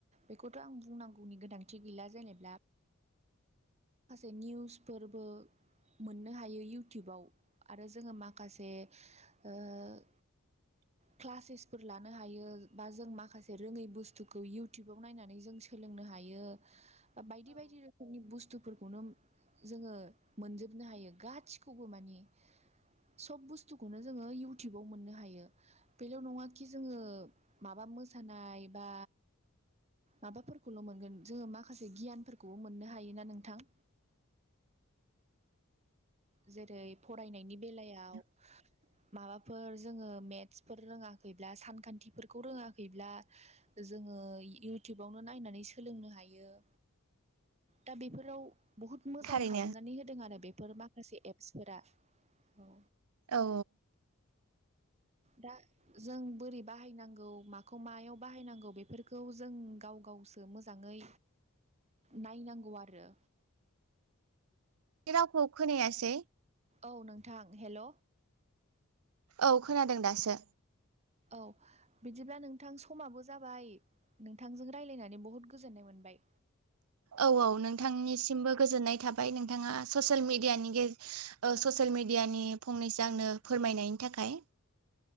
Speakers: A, on the right (about 30°); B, on the right (about 80°).
A: बेखौथ' आं बुंनांगौनि गोनांथि गैला जेनेब्ला। खासे निउसफोरबो मोननो हायो इउटुबाव आरो जोङो माखासे ओ-
B: <inaudible>
A: क्लासेसफोर लानो हायो बा जों माखासे रोङै बुस्थुखौ इयउटुबाव नायनानै जों सोलोंनो हायो।
B: <inaudible>
A: बा बायदि बायदि रोखोमनि बुस्थु फोरखौनो जोङो मोनजोबनो हायो गासिखौबो मानि। सब बुस्थुखौनो जोङो इउटुबाव मोननो हायो। बेल' नङााखि जोङो माबा मोसानाय बा। माबाफोरखौल' मोनगोन जोङो माखासे गियानफोरखौबो मोननो हायोना नोंथां? जेरै फरायनायनि बेलायाव।
B: <inaudible>
A: माबाफोर जोङो मेथ्सफोर रोङाखैब्ला सानखान्थिफोरखौ रोङाखैब्ला जोङो इउटुबावनो नायनानै सोलोंनो हायो। दा बेफोराव बहुद मोजां
B: थारैनो
A: खालामनानै होदों आरो बेफोर माखासे एप्सफोरा औ।
B: औ
A: दा जों बोरै बाहायनांगौ माखौ मायाव बाहायनांगौ बेफोरखौ जों गाव गावसो मोजाङै।
B: <inaudible>
A: नायनांगौ आरो
B: रावखौ खोनायासै
A: औ नोंथां हेल'
B: औ खोनादों दासो
A: औ बिदिब्ला नोंथां समाबो जाबाय। नोंथांजों रायज्लायनानै बहुद गोजोननाय मोनबाय
B: औ औ नोंथांनिसिमबो गोजोननाय थाबाय नोंथाङा ससियेल मिडियानि गेज ओ-ससियेल मिडियानि फंनैसो आंनो फोरमायनायनि थाखाय।